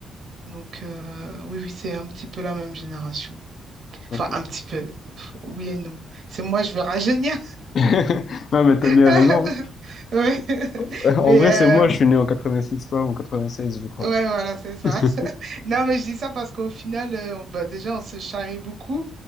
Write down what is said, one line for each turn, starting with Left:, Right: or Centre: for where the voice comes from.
Right: Donc, euh, oui, oui, c'est un petit peu la même génération.
Left: Ok.
Right: Enfin, un petit peu. Pff, Oui et non. C'est moi, je veux rajeunir.
Left: <laughs> Non, mais t'as bien
Right: <laughs>
Left: raison. hein.
Right: Ouais. <laughs>
Left: <laughs>
Right: Mais,
Left: En vrai,
Right: euh,
Left: c'est moi, je suis né en 86, toi, ou en 96, je crois.
Right: Ouais, voilà, c'est ça.
Left: <laughs>
Right: <laughs> Non, mais je dis ça parce qu'au final, euh, on, bah, déjà, on se charrie beaucoup.